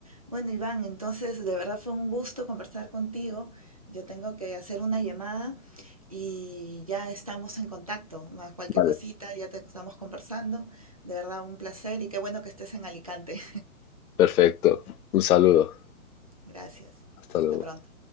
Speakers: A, on the right; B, on the left.
A: Bueno, Iván, entonces de verdad fue un gusto conversar contigo. Yo tengo que hacer una llamada y ya estamos en contacto. Más cualquier
B: Vale.
A: cosita, ya te estamos conversando. De verdad, un placer y qué bueno que estés en Alicante.
B: Perfecto. Un saludo.
A: <laughs> Gracias.
B: Hasta
A: Hasta
B: luego.
A: pronto.